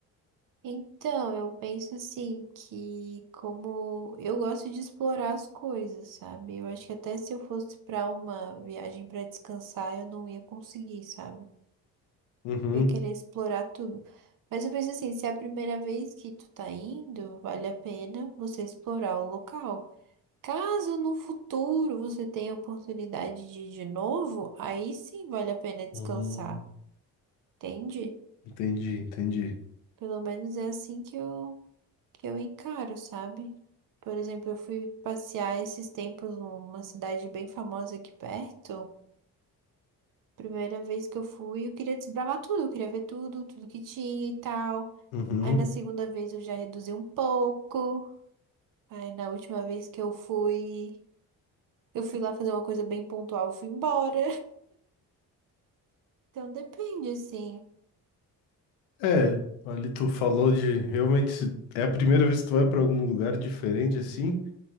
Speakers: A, on the right (about 45°); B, on the left (about 75°).
A: Então, eu penso assim que como eu gosto de explorar as coisas, sabe? Eu acho que até se eu fosse para uma viagem para descansar, eu não ia conseguir, sabe?
B: Uhum,
A: Eu ia querer explorar tudo. Mas eu penso assim, se é a primeira vez que tu tá indo, vale a pena você explorar o local. Caso no futuro você tenha a oportunidade de ir de novo, aí sim vale a pena descansar,
B: uhum.
A: entende?
B: Entendi, entendi.
A: Pelo menos é assim que eu, que eu encaro, sabe? Por exemplo, eu fui passear esses tempos numa cidade bem famosa aqui perto. Primeira vez que eu fui, eu queria desbravar tudo, eu queria ver tudo, tudo que tinha e tal.
B: Uhum.
A: Aí na segunda vez eu já reduzi um pouco. Aí na última vez que eu fui, eu fui lá fazer uma coisa bem pontual, eu fui embora. Então depende, assim,
B: É, ali tu falou de realmente se é a primeira vez que tu vai pra algum lugar diferente assim,